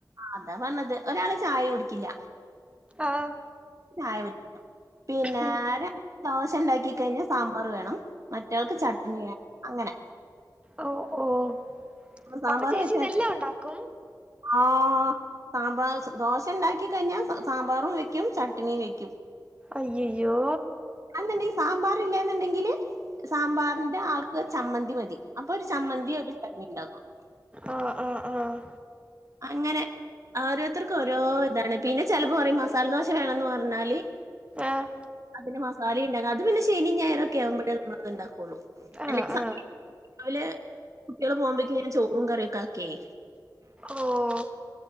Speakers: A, on the right; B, on the right.
A: അതാ പറണത് ഒരാള് ചായ കുടിക്കില്ല
B: ആഹ്
A: ചായ പറ്റില്ല പിന്നാര
B: ഹും
A: ദോശ ഇണ്ടാക്കി കഴിഞ്ഞാ സാമ്പാറ് വേണം മറ്റാൾക്ക് ചട്ണി അങ്ങനെ
B: ഓഹ് ഓഹ്
A: സാമ്പാർ
B: അപ്പൊ ചേച്ചി
A: വെച്ചാല്
B: ഇതെല്ലാം ഉണ്ടാക്കും
A: ആഹ് സാമ്പാറ് ദോശ ഇണ്ടാക്കി കഴിഞ്ഞാ സാമ്പാറും വെയ്ക്കും ചട്ണിയും വെയ്ക്കും
B: അയ്യയ്യോ
A: അന്നെണ്ടെങ്കി സാമ്പാർല്ലെന്നുണ്ടെങ്കില് സാമ്പാറിന്റെ ആൾക്ക് ചമ്മന്തി മതി അപ്പൊ ഒരു ചമ്മന്തി ഒരു ചട്നി ഇണ്ടാക്കും
B: ആഹ് ആഹ് ആഹ്
A: അങ്ങനെ ആഹ് ഓരോരുത്തർക്കും ഓരോ ഇതാണ് പിന്നെ ചിലപ്പോ പറയും മസാല ദോശ വേണന്ന് പറണാല്
B: ആഹ്
A: അതിന് മസാല ഇണ്ടാക അത് പിന്നെ ശനി ഞായരൊക്കെ ആവുമ്പോഴേ നമ്മ അത് ഇണ്ട ഒള്ളു
B: ആഹ്
A: അല്ല
B: ആഹ്
A: രാവിലെ കുട്ടികള് പോകുമ്പോക്കേ ഞാൻ ചോറും കറിയൊക്കെ ആക്കിയേ
B: ഓഹ്